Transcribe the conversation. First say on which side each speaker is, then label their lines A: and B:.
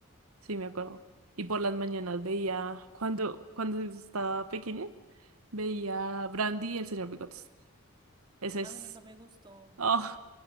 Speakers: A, on the right; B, on the right.
A: sí, me acuerdo. Y por las mañanas veía, cuando, cuando estaba pequeña, veía a Brandy y el señor Bigotes. Ese
B: A
A: es...
B: mí nunca me gustó.
A: Oh,